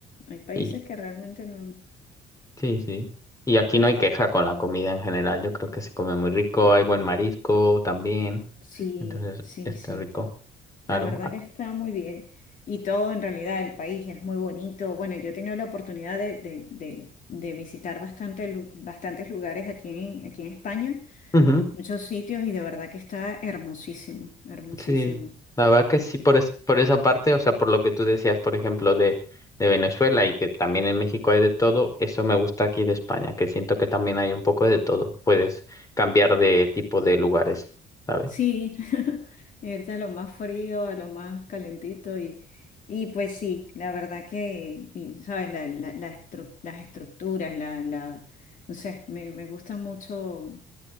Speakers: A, on the left; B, on the left.
A: hay países
B: Y
A: que realmente no,
B: sí, sí. Y aquí
A: pero
B: no hay
A: está,
B: queja con la comida en general. Yo creo que se come muy rico, hay buen marisco también.
A: sí,
B: Entonces,
A: sí,
B: está
A: sí.
B: rico. Claro.
A: La verdad
B: Ah,
A: que está muy bien. Y todo en realidad, el país es muy bonito. Bueno, yo he tenido la oportunidad de, de- de- de visitar bastante, lu- bastantes lugares aquí en, aquí en España,
B: ujú.
A: muchos sitios y de verdad que está hermosísimo, hermosísimo.
B: Sí, la verdad que
A: Te-
B: sí, por, es- por esa parte, o sea, por lo que tú decías, por ejemplo, de, de Venezuela y que también en México hay de todo, eso me gusta aquí de España, que siento que también hay un poco de todo, puedes cambiar de tipo de lugares, ¿sabes?
A: Sí, <laughs> irte a lo más frío, a lo más calentito y, y pues sí, la verdad que, y, ¿sabes? La- la- la estru- las estructuras, la, la, no sé, me, me gusta mucho